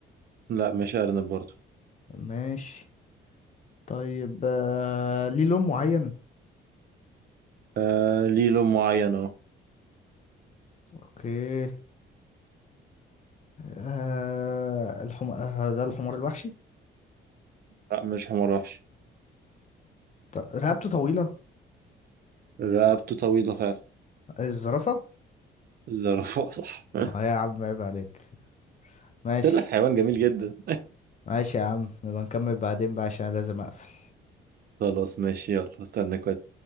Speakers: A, on the right; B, on the left.
A: لا مش أرنب برضه
B: ماشي طيب آه، ليه لون معين
A: آه ليه لون معين اه
B: اوكي آه الحم... آه ده الحمار الوحشي
A: لا مش حمار وحش
B: ط- رقبته طويلة
A: رقبته طويلة فعلا
B: الزرافة
A: الزرافة صح <laughs>
B: اه يا عم عيب عليك ماشي
A: ده لك حيوان جميل جدا
B: ماشي يا عم نبقى نكمل بعدين بقى عشان أنا لازم اقفل
A: خلاص ماشي يلا استنى كويس